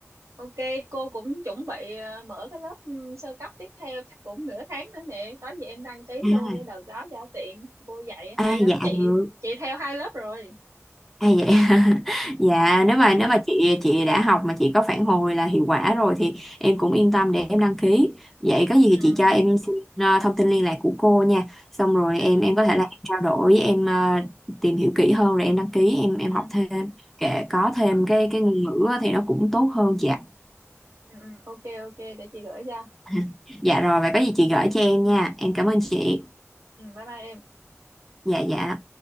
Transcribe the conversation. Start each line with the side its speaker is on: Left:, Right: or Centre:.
Right: Ok, cô cũng chuẩn bị ờ, mở cái lớp ừ, sơ cấp tiếp theo chắc cũng nửa tháng nữa nè. Có gì em đăng ký
Centre: À,
Right: luôn cái đợt đó giao tiện. Cô dạy
Centre: à
Right: hay lắm
Centre: dạ
Right: chị.
Centre: được
Right: Chị theo hai lớp rồi.
Centre: Hay vậy <laughs> dạ
Right: Ừ,
Centre: nếu mà nếu mà chị chị đã học mà chị có phản hồi là hiệu quả rồi thì em cũng yên tâm để em đăng ký vậy có gì
Right: ừ,
Centre: thì chị cho em xin ờ, thông tin liên lạc của cô nha xong rồi
Right: ừ,
Centre: em em
Right: ừ,
Centre: có thể là em trao đổi em ờ, tìm hiểu kỹ hơn rồi em đăng ký em em
Right: ừ. ừ.
Centre: học thêm kể có thêm
Right: Rồi,
Centre: cái cái ngôn ngữ á thì nó cũng tốt hơn dạ
Right: ừ, ừ. Ok, ok, để chị gửi cho.
Centre: <laughs> dạ rồi vậy có gì chị gửi cho em nha em cảm ơn chị
Right: Ừ, ừ, bye bye em.
Centre: dạ dạ